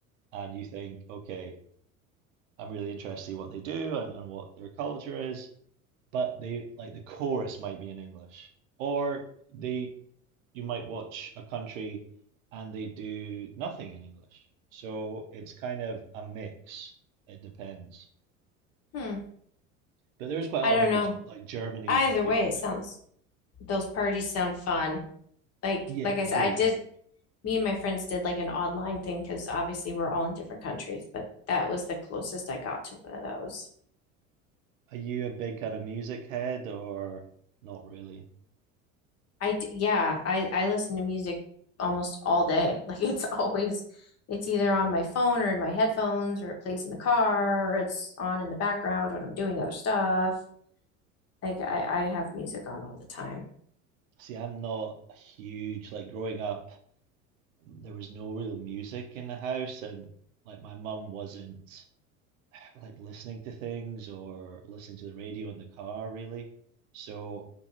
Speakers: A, on the right; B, on the left.
A: and you think, okay, I'm really interested in what they do and, and what their culture is, but they like the chorus might be in English. Or they you might watch a country and they do nothing in English. So it's kind of a mix. It depends.
B: Hmm.
A: But there is quite a
B: I
A: lot
B: don't
A: of English,
B: know.
A: like Germany,
B: Either
A: they
B: way,
A: did
B: it sounds
A: it.
B: those parties sound fun. Like
A: Yeah,
B: like I
A: it's
B: said,
A: a good
B: I
A: laugh.
B: did me and my friends did like an online thing because obviously we're all in different countries, but that was the closest I got to one of those.
A: Are you a big kind of music head or not really?
B: I d- yeah, I I listen to music almost all day. <laughs> Like it's always it's either on my phone or in my headphones or it plays in the car or it's on in the background when I'm doing other stuff. Like I I have music on all the time.
A: See, I'm not huge. Like growing up, there was no real music in the house, and like my mum wasn't <sighs> like listening to things or listening to the radio in the car, really. So